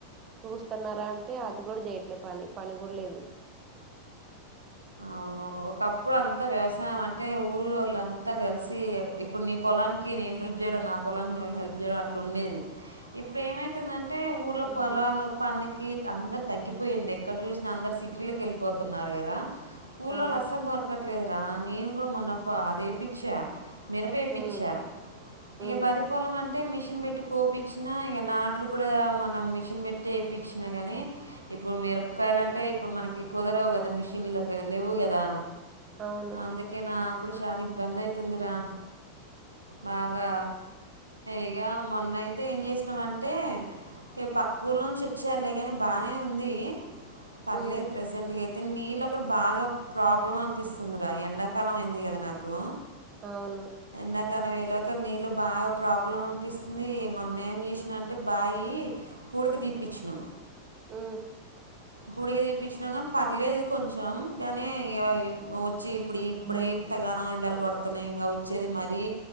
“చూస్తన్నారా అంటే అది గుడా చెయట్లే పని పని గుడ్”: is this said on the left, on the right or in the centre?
Right